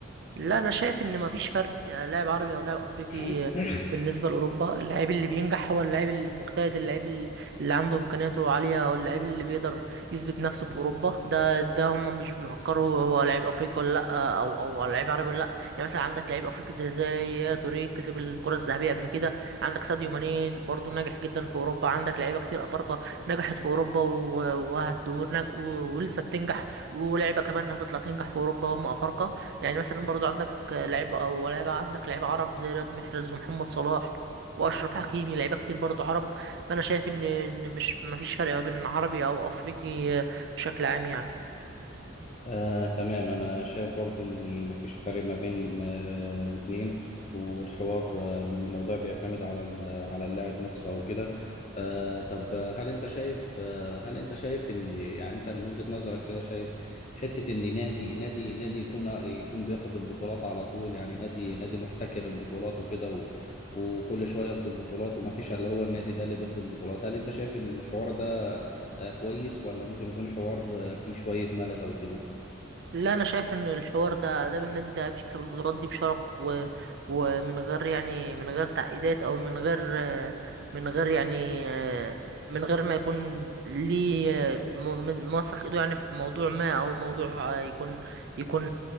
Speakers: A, on the right (about 55°); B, on the left (about 35°).
A: لا انا شايف ان مفيش فرق يعني لاعب عربي او لاعب افريقي
B: <coughs>
A: بالنسبه
B: <laughs>
A: لاوروبا اللاعب اللي بينجح هو اللاعب المجتهد اللاعب ال- اللي عنده امكانياته عاليه او اللاعب اللي بيقدر يثبت نفسه في اوروبا ده ده هم مش بيفكروا هو لاعب افريقي ولا لا او او لاعب عربي ولا لا يعني مثلا عندك لاعب افريقي زي زي توريه كسب الكره الذهبيه قبل كده عندك ساديو ماني برضه ناجح جدا في اوروبا عندك لعيبه كتير افارقه نجحت في اوروبا و- وهت ونج- ولسه بتنجح ولاعيبه كمان هتطلع تنجح في اوروبا هم افارقه يعني مثلا برضو عندك لعيبة أو لعيبة عندك لعيبة عرب زي رياض محرز ومحمد صلاح وأشرف حكيمي لعيبة كتير برضو عرب فأنا شايف إن إن مش مفيش فرق ما بين عربي أو أفريقي بشكل عام يعني
B: آه، تمام أنا شايف برضو إن مفيش فرق ما بين آه، الاتنين والحوار آه، الموضوع بيعتمد على ال- على اللاعب نفسه أو كده آه، طب آه، هل أنت شايف آه، هل أنت شايف إن يعني أنت من وجهة نظرك كده شايف حتة إن نادي نادي نادي يكون آه، يكون بياخد البطولات على طول يعني نادي نادي محتكر البطولات وكده و وكل شويه ياخد البطولات ومفيش الا هو النادي ده اللي بياخد البطولات هل انت شايف الحوار ده آه، كويس ولا ممكن يكون حوار آه، فيه شويه ملل او كده
A: لا انا شايف ان الحوار ده ده بالنادي ده بيكسب البطولات دي بشرف و... ومن غير يعني من غير تعقيدات او من غير من غير يعني من غير ما يكون ليه م- م- موثق ايده يعني في موضوع ما او موضوع يكون يكون